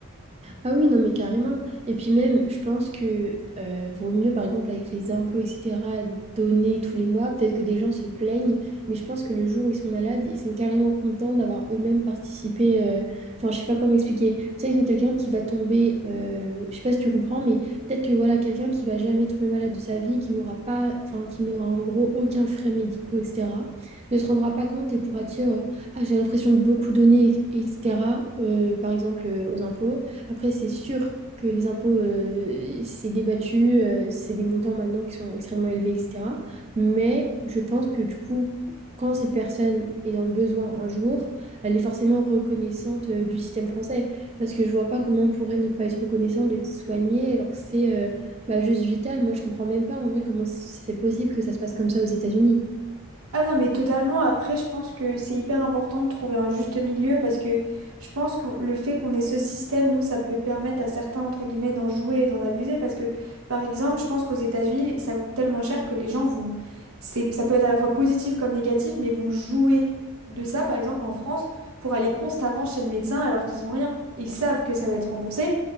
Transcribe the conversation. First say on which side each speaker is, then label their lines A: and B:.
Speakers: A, on the right; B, on the right.
A: Ah oui, non, mais carrément. Et puis même, je pense que euh, vaut mieux, par exemple, avec les impôts, etc., donner tous les mois. Peut-être que des gens se plaignent, mais je pense que le jour où ils sont malades, ils sont carrément contents d'avoir eux-mêmes participé. euh, Enfin, je sais pas comment expliquer. Tu sais que quelqu'un qui va tomber, euh, je sais pas si tu comprends, mais peut-être que voilà, quelqu'un qui va jamais tomber malade de sa vie, qui n'aura pas, enfin, qui n'aura en gros aucun frais médicaux, etc., ne se rendra pas compte et pourra dire, ah, j'ai l'impression de beaucoup donner, etc., euh, par exemple, euh, aux impôts. Après, c'est sûr que les impôts, euh, c'est débattu, euh, c'est des montants maintenant qui sont extrêmement élevés, etc. Mais je pense que du coup, quand cette personne est dans le besoin un jour, elle est forcément reconnaissante euh, du système français. Parce que je vois pas comment on pourrait ne pas être reconnaissante d'être soignée alors que c'est euh, bah, juste vital. Moi, je comprends même pas en vrai comment c'est possible que ça se passe comme ça aux États-Unis.
B: Ah non, mais totalement. Après, je pense que c'est hyper important de trouver un juste milieu parce que je pense que le fait qu'on ait ce système, nous, ça peut permettre à certains, entre guillemets, d'en jouer et d'en abuser parce que, par exemple, je pense qu'aux États-Unis, ça coûte tellement cher que les gens vont... c'est- Ça peut être à la fois positif comme négatif, mais vont jouer de ça, par exemple, en France, pour aller constamment chez le médecin alors qu'ils ont rien. Ils savent que ça va être remboursé,